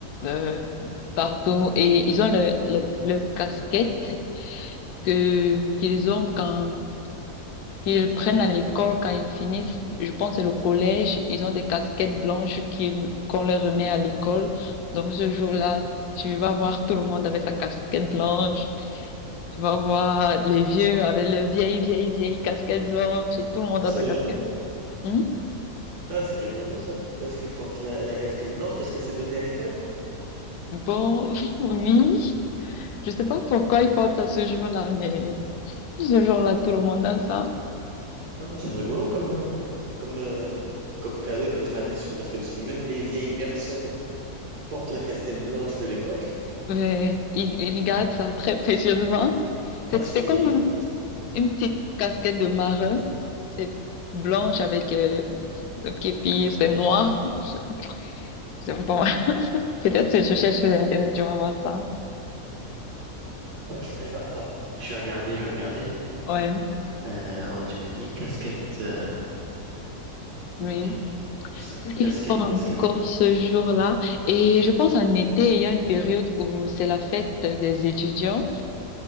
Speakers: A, on the left; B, on the right.
A: euh, partout et ils ont le, le, le casquette que qu'ils ont quand qu'ils prennent à l'école quand ils finissent. Je pense que le collège, ils ont des casquettes blanches qu'ils, qu'on leur remet à l'école. Donc ce jour-là, tu vas voir tout le monde avec sa casquette blanche. Tu vas voir les vieux avec le vieille, vieille, vieille casquette blanche et tout le monde
B: C'est
A: a sa casquette.
B: vrai?
A: Hmm?
B: Ah c'est rigolo ça. Pourquoi est-ce qu'il porte la, la casquette blanche? Parce que c'est donné à l'école?
A: Bon, <laughs> oui. Je sais pas pourquoi ils portent ça ce jour-là, mais ce jour-là, tout le monde a ça.
B: Ah c'est rigolo comme, euh, comme, euh, comme cadeau et comme tradition. Parce que si même les vieilles personnes portent la casquette blanche de l'époque,
A: Mais ils, ils
B: ils savent.
A: gardent ça très précieusement. C'est,
B: ah
A: que
B: c'est
A: c'est
B: une
A: comme
B: vieille tradition.
A: une- Une petite casquette de marin. C'est blanche avec euh, le képi, c'est noir. Je- J'aime pas. <laughs> Peut-être si tu cherches sur Internet, tu vas voir ça.
B: Ah, je- je attends, je vais regarder, je vais regarder.
A: Ouais,
B: Euh, oh, tu m'as dit casquette. euh,
A: oui.
B: merde,
A: Il
B: casquette,
A: faut encore
B: casquette
A: ce jour-là. Et je pense en été, il y a une période où c'est la fête des étudiants.